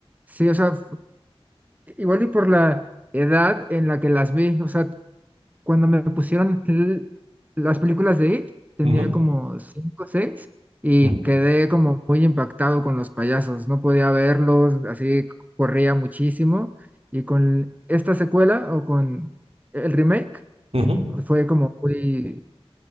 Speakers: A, on the right; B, on the right.
A: Sí, o sea, f- igual y por la edad en la que las vi, o sea, Cuando me pusieron l- las películas de It, tenía
B: Ujú,
A: como cinco o seis y
B: ujú,
A: quedé como muy impactado con los payasos. No podía verlos, así corría muchísimo. Y con esta secuela o con el remake
B: ujú.
A: fue como muy,